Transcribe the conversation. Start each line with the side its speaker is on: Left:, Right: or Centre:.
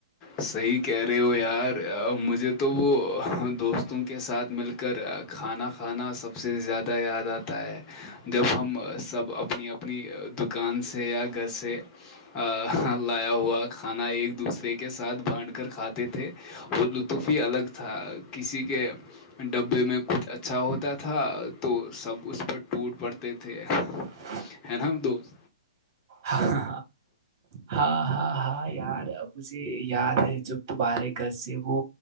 Left: صحیح کہہ رہے ہو یار مجھے تو وہ دوستوں کے ساتھ مل کر کر کھانا کھانا سب سے زیادہ یاد آتا ہے جب ہم سب اپنی اپنی دکان سے یا گھر سے ا لایا ہوا کھانا ایک دوسرے کے ساتھ بانھ کر کھاتے تھے اور لطف ہی الگ تھا کسی کے ڈبے میں کچھ اچھا ہوتا تھا تو سب اس پر ٹوٹ پڑتے تھے
Right: <unintelligible>
Left: ہے نا ہم دوست
Right: ہاں ہاں ہاں یار مجھے یاد ہے جب دوبارے گز سے وہ